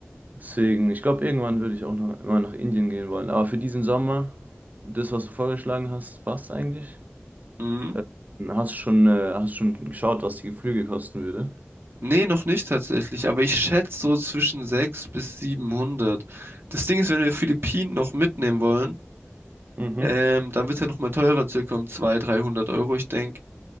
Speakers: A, on the right (about 35°); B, on the right (about 55°).
A: Deswegen, ich glaube, irgendwann würde ich auch noch, mal nach Indien gehen wollen. Aber für diesen Sommer, das, was du vorgeschlagen hast, passt eigentlich.
B: Hm?
A: Äh, hast schon, äh, hast schon geschaut, was die Flüge kosten würde?
B: Nee, noch nicht tatsächlich, aber ich schätze so zwischen 600 bis 700. Das Ding ist, wenn wir Philippinen noch mitnehmen wollen,
A: Mhm.
B: ähm, dann wird es ja nochmal teurer, circa um 200, 300 Euro. Ich denke,